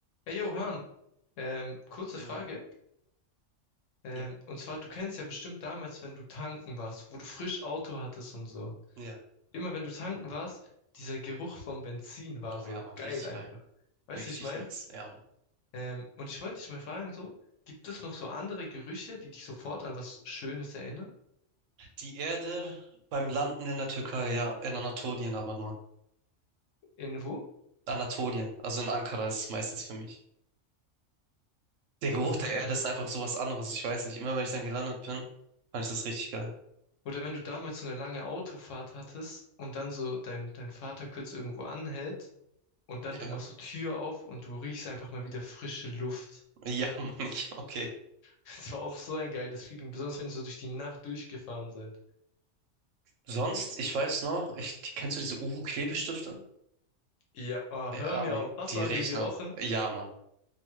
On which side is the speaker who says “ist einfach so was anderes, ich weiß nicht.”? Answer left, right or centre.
Right